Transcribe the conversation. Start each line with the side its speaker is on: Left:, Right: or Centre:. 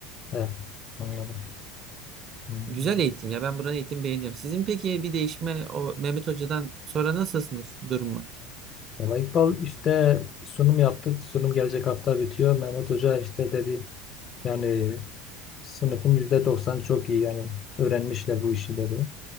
Left: evet. Anladım. Hmm.
Right: Güzel eğitim ya. Ben buranın eğitimi beğeniyorum. Sizin peki bir değişme o Mehmet Hoca'dan sonra nasıl sınıf durumu?
Left: Valla İkbal işte sunum yaptık. Sunum gelecek hafta bitiyor. Mehmet Hoca işte dedi yani sınıfın yüzde doksan çok iyi yani öğrenmişler bu işi dedi.